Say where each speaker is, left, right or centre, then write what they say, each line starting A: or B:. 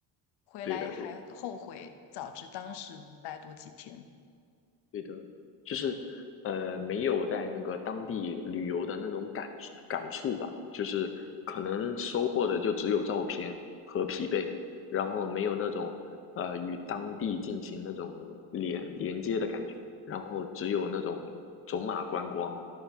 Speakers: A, on the left; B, on the left.
A: 回来还后悔，
B: 对的对的。
A: 早知当时待多几天。
B: 对的，就是，呃，没有在那个当地旅游的那种感感触吧，就是可能收获的就只有照片和疲惫，然后没有那种呃与当地进行那种连连接的感觉，然后只有那种走马观光，